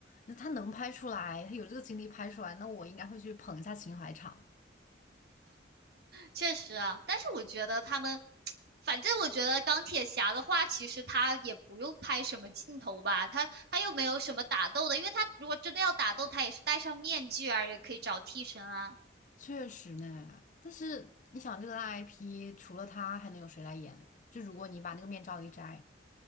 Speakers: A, on the left (about 40°); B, on the right (about 55°).
A: 那他能拍出来，他有这个精力拍出来，那我应该会去捧一下情怀场。
B: 确实啊，但是我觉得他们，<tsk> 反正我觉得钢铁侠的话，其实他也不用拍什么镜头吧，他他又没有什么打斗的，因为他如果真的要打斗，他也是戴上面具啊，也可以找替身啊。
A: 确实呢，但是你想，这个大 IP 除了他，还能有谁来演呢？就如果你把那个面罩一摘，